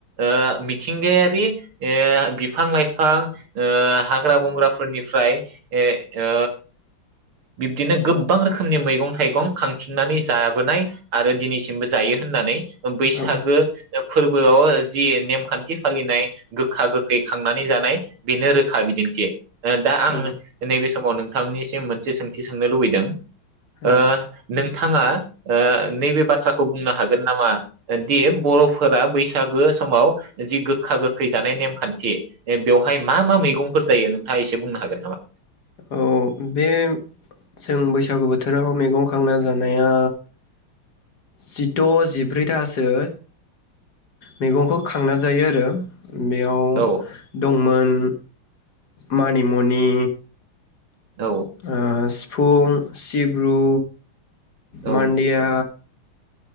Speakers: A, on the right (about 80°); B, on the left (about 50°).
A: ओ मिथिंगायारि बिफां-लाइफां ओ हाग्रा बंग्राफोरनिफ्राय ए ओ बिब्दिनो गोबां रोखोमनि मैगं-थाइगं खांथिंनानै जाबोनाय आरो दिनैसिमबो जायो होननानै। बैसागो
B: औ
A: फोरबोआव जि नेमखान्थि फालिनाय गोखा-गोखै खांनानै जानाय बेनो रोखा बिदिन्थि। ओ दा आंङो
B: औ
A: नैबे समाव नों नोंथांनिसिम मोनसे सोंथि सोंनो लुबैदों?
B: औ
A: ओ नों नोंथाङा ओ नैबे बाथ्राखौ बुंनो हागोन नामा दि बर फोर बैसागो समाव जि गोखा-गोखै जानाय नेमखान्थि बेवहाय मा मा मैगंफोर जायो नोंथाङा एसे बुंनो हागोन नामा?
B: औ बे जों बैसागु बोथोराव मैगं खांना जानाया जिद जिब्रैथासो मैगंखौ खांना जायो आरो बेयाव
A: औ
B: दंमोन। मानिमुनि
A: औ
B: ओ सिफ फुं सिब्रु
A: औ
B: मानडिया